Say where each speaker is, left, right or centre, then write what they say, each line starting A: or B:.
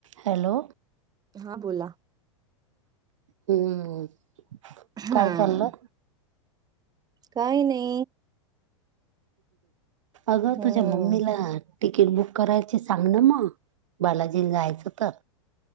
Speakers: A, on the right (about 75°); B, on the right (about 25°).
A: Hello.
B: हा बोला.
A: हम्
B: हा
A: काय चाललं.
B: काही नाही.
A: अगं
B: हम्म.
A: तुझ्या मम्मीला. तिकीट बुक करायची सांग ना मग बालाजी जायचं तर.